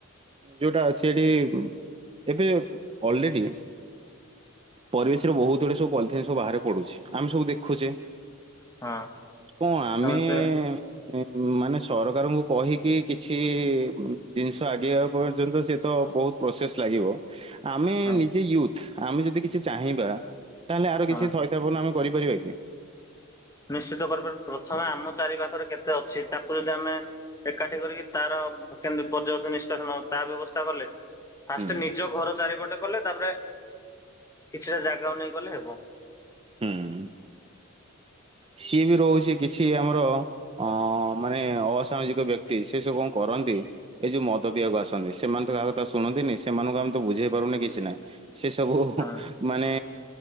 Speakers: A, on the right; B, on the left.
A: ଯୋଉଟା ଅଛି ଏଠି ଏବେ ଅଲରେଡି ପରିବେଶରେ ବହୁତ ଗୁଡ଼ିେ ସବୁ ପଲିଥିନ୍ ସବୁ ବାହାରେ ପଡୁଛି ଆମେ ସବୁ ଦେଖୁଛେ।
B: ହଁ
A: କଣ ଆମେ
B: ତାପରେ
A: ଏ ଏ। ମାନେ ସରକାରଙ୍କୁ କହିକି କିଛି ଜିନିଷ ଆଗେଇବା ପର୍ଯ୍ୟନ୍ତ ସେ ତ ବହୁତ ପ୍ରୋସେସ ଲାଗିବ। ଆମେ
B: ହଁ
A: ନିଜେ ୟୁଥ୍ ଆମେ ଯଦି କିଛି ଚାହିଁବା ତାହେଲେ ଆର
B: ହଁ
A: କିଛି ଛଇଥାବନ ଆମେ କରିପାରିବା କି?
B: ନିଶ୍ଚିତ କରିପାର ପ୍ରଥମେ ଆମ ଚାରି ପାାଖରେ କେତେ ଅଛି ତାକୁ ଯଦି ଆମେ ଏକାଠି କରିକି ତାର କେମିତି ବଜ୍ରବ ନିଷ୍କାସ ନଲେ ତା ବ୍ୟବସ୍ଥା କଲେ। ଫାଷ୍ଟେ
A: ହୁଁ
B: ନିଜ ଘର ଚାରିପଟେ କଲେ ତାପରେ କିଛିଟା ଜାଗା ନେଇ ଗଲେ ହେବ।
A: ହୁଁ। ସିଏ ବି ରହୁଛି କିଛି ଆମର ଅ ମାନେ ଅସାମାଜିକ ବ୍ୟକ୍ତି ସେ ସବୁ କଣ କରନ୍ତି ଏ ଯୋଉ ମଦ ପିଇବାକୁ ଆସନ୍ତି ସେମାନେ ତ କାହା କଥା ଶୁଣନ୍ତିନି ସେମାନଙ୍କୁ ଆମେ ତ ବୁଝେଇ ପାରୁନେ କିଛି ନାହିଁ। ସେ ସବୁ ହଃ
B: ହଁ
A: ମାନେ